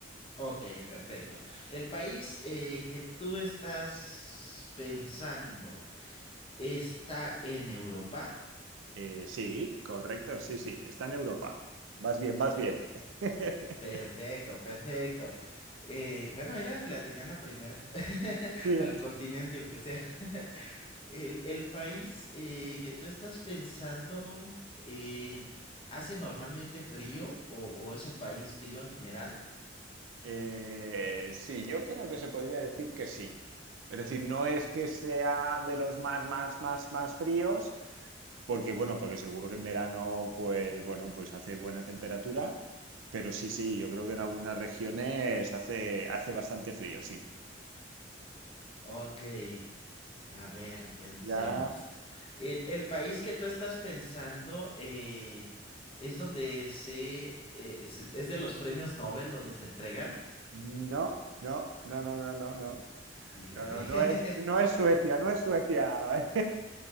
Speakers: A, on the left; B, on the right.
A: Ok, perfecto. El país eh, que tú estás pensando está en Europa.
B: Eh, sí, correcto, sí, sí, está en Europa. Vas bien, vas
A: Pe-
B: bien. <laughs>
A: perfecto, perfecto. Eh, bueno, era, la tenía la primera, <laughs>
B: Bien.
A: al continente, aunque sea. <laughs> El, el país eh, que tú estás pensando eh, hace normalmente frío o, o es un país frío en general.
B: Eh, sí, yo creo que se podría decir que sí. Es decir, no es que sea de los más, más, más, más fríos, porque bueno, porque seguro que en verano, pues bueno, pues hace buena temperatura, pero sí, sí, yo creo que en algunas regiones hace, hace bastante frío, sí.
A: Ok. A ver, pensemos.
B: Ya...
A: El, el país que tú estás pensando eh, es donde se, eh, se- es de los premios Nobel donde se entregan.
B: No, no, no, no, no, no, no.
A: Híjale.
B: No, no,
A: <laughs>
B: no es, no es Suecia, no es Suecia.